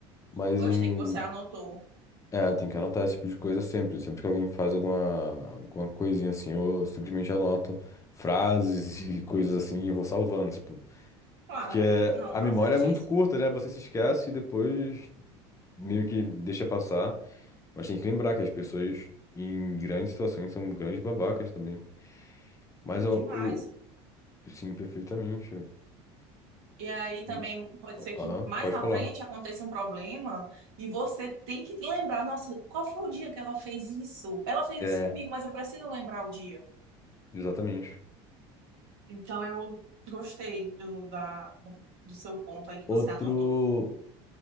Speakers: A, on the left; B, on the right.
A: Mas
B: gostei
A: em,
B: que você anotou.
A: é, tem que anotar esse tipo de coisa sempre. Sempre que alguém faz alguma, alguma coisinha assim, eu simplesmente anoto frases e coisas assim e vou salvando, tipo.
B: Claro,
A: Porque
B: não,
A: a
B: tá
A: memória
B: certíssimo,
A: é muito curta, né? Você se esquece e depois meio que deixa passar. Mas tem que lembrar que as pessoas em grandes situações são grandes babacas também. Mas
B: Não,
A: o.
B: demais.
A: Sim, perfeitamente.
B: E aí também
A: E.
B: pode ser que
A: Aham,
B: mais
A: pode
B: na
A: falar.
B: frente aconteça um problema e você tem que lembrar, nossa, qual foi o dia que ela fez isso? Ela fez
A: É,
B: isso comigo, mas eu preciso lembrar o dia.
A: exatamente.
B: Então, eu gostei do, da, da- do seu ponto aí que
A: Outro.
B: você anotou.